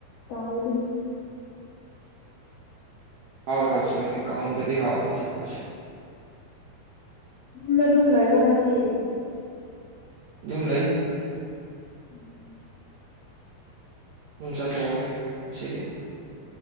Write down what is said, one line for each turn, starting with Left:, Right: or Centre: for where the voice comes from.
Left: ꯇꯔꯤ
Right: ꯍꯥꯎꯣꯏ ꯍꯥꯎ ꯆꯃꯤ ꯀ ꯑꯗꯨꯗꯤ ꯍꯥꯎ ꯆꯀꯣꯦ
Left: ꯌꯨꯝꯗ ꯑꯗꯨꯝ ꯂꯩꯣꯏꯕ ꯉꯁꯤ
Right: ꯝ ꯂꯩ
Left: ꯎꯝ
Right: ꯨꯝ ꯆꯥꯊꯣꯛꯑꯦ ꯑꯁꯤꯗꯤ